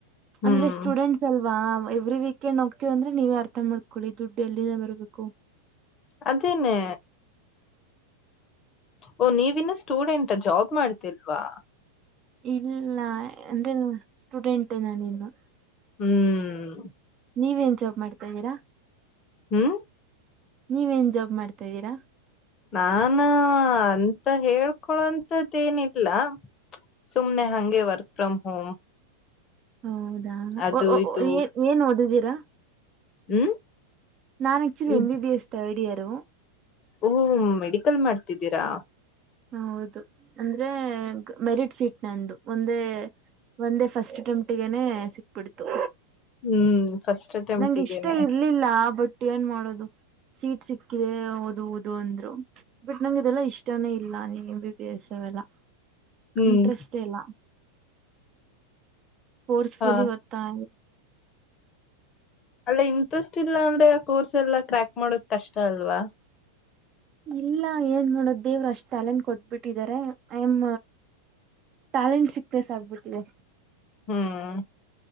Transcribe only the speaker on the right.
ಅಂದ್ರೆ ಸ್ಟೂಡೆಂಟ್ಸ್ ಅಲ್ವಾ ವಾ ಎವ್ರಿ ವೀಕೆಂಡ್ ಹೋಗ್ತೀವ ಅಂದ್ರೆ ನೀವೇ ಅರ್ಥ ಮಾಡ್ಕೊಳ್ಳಿ ದುಡ್ಡು ಎಲ್ಲಿಂದ ಬರ್ಬೇಕು
ಇಲ್ಲ ಅಂದೆ ಸ್ಟೂಡೆಂಟ್ ನಾನ ಇನ್ನು
ನೀವೇನ್ ಜಾಬ್ ಮಾಡ್ತಾದೀರಾ
ನೀವ ಏನ್ ಜಾಬ್ ಮಾಡ್ತಾ ಇದಿದ್ದೀರಾ
ಹೌದಾ
ಏನ್ ಏನ್ ಓಡಿದೀರಾ
ನಾನು ಆಕ್ಚಲಿ
ಎಂಬಿಬಿಎಸ್ ತರ್ಡ್ ಇಯರ್
ಹೌದು ಅಂದ್ರೆ ಮೆರಿಟ್ ಶೀಟ್ ನಂದು ಒಂದೇ ಒಂದೇ ಫಸ್ಟ್ ಅಟೆಂಪ್ಟಗಾನೇ ಸಿಕ್ಬಿಡ್ತು
ನಂಗ ಇಷ್ಟ ಇರ್ಲಿಲ್ಲ ಬಟ್ ಏನ್ ಮಾಡೋದು ಸೀಟ್ ಸಿಕ್ಕಿದೆ ಓದ ಓದು ಅಂದ್ರು ಬಟ್ ನಂಗ ಇದೆಲ್ಲಾ ಇಷ್ಟಾನೇ ಇಲ್ಲ ಬಿ ಬಿ ಎಸ್ ಅವೆಲ್ಲ
ಇಂಟ್ರೆಸ್ಟ್ ಎಲ್ಲ ಫೋರ್ಸ್ಫುಲಿ
ಬತಾ
ಇಲ್ಲ ಏನ್ ಮಾಡೋದು ದೇವ್ರು ಅಷ್ಟ್ ಟ್ಯಾಲೆಂಟ್ ಕೊಟ್ಬಿಟ್ಟಿದ್ದಾರೆ ಐ ಎಮ್ ಟ್ಯಾಲೆಂಟ್ ಸಿಕ್ತೆ ಸ ಆಗ್ಬಿಟ್ಟಿದೆ